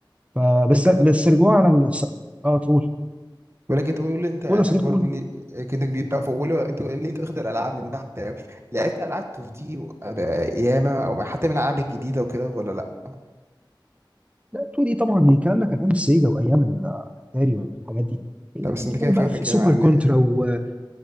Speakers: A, on the right (about 15°); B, on the right (about 30°).
A: فبس
B: انت
A: بس
B: كنت
A: رجوعا على الس- اه تقول
B: ولكن تقول لي انت يعني
A: قول يا صديقي
B: اكبر
A: قول
B: مني كنت كبير بقى فقول لي انت اللي انت واخد الالعاب من تحت قوي لعبت العاب 2 دي و- ياما او حتى من الالعاب الجديده وكده ولا لا؟
A: لا 2 دي طبعا دي الكلام ده كان ايام السيجا وايام ال- الاتاري والحاجات دي إيه
B: لا
A: يعني
B: بس
A: بتتكلم
B: انت كده فايتك
A: بقى في سوبر
B: ياما يعني
A: كونترا
B: يعني
A: وانت